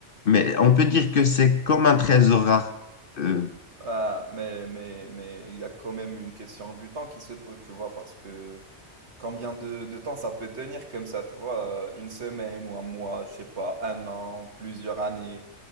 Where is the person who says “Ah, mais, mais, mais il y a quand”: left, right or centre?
Right